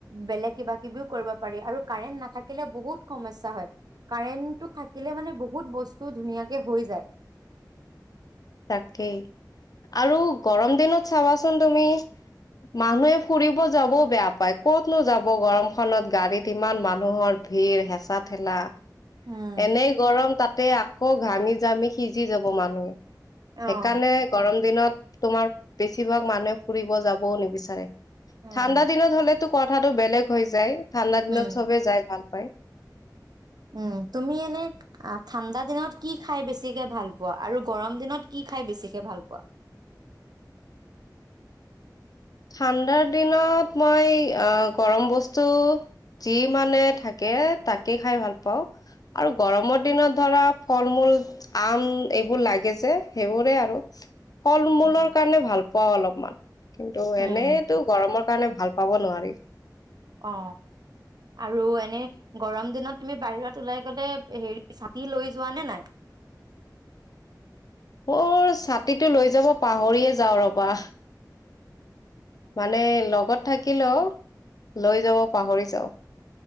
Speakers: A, on the right (about 70°); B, on the left (about 60°).
A: বেলেগ কিবা কিবিও কৰিব পাৰি আৰু কাৰেণ্ট নাথাকিলে বহুত সমস্যা হয় কাৰেণ্টটো থ দিলে মানে বহুত বস্তু ধুনীয়াকে হৈ যায়
B: তাকেই আৰু গৰম দিনত চাবাচোন তুমি মানুহে ফুৰিব যাবও বেয়া পায় কতনো যাব গৰমখনত গাড়ীত ইমান মানুহৰ ভিৰ হেঁচা ঠেলা
A: উম
B: এনেই গৰম তাতে আ ক ঘামি জামি সিজি যাব মানুহ
A: অ'
B: সেইকাৰণে গৰম দিনত তোমাৰ বেছিভাগ মানুহে ফুৰিব যাবও নিবিচাৰে
A: উম,
B: ঠাণ্ডা দিনত হলেতো কথাটো বেলেগ যাই ঠাণ্ডা দিনত
A: উম,
B: চবেই যাই ভাল পায়
A: উম তুমি এনে ঠাণ্ডা দিনত কি খাই বেছিকে ভাল পোৱা আৰু গৰম দিনত কি খাই বেছিকে ভাল পোৱা
B: ঠাণ্ডাত দিনত মই আহ গৰম বস্তু যি মানে থাকে তাকে খাই ভাল পাওঁ আৰু গৰমৰ দিনত ধৰা ফল মূল আম এইবোৰ লাগে যে সেইবোৰে আৰু ফল
A: উম।
B: মূলৰ কাৰণে ভাল পোৱা অলপমান ত'
A: উম,
B: এনেইতো গৰমৰ কাৰণে ভাল পাব নোৱাৰি
A: অ আৰু এনে গৰম দিনত তুমি বাহিৰত ওলাই গলে হেৰি ছাতি লৈ যোৱা নে নাই
B: অ ছাতিটো লৈ যাব পাহৰিয়ে যাওঁ ৰবা মানে লগত থাকিলেও লৈ যাব পাহৰি যাওঁ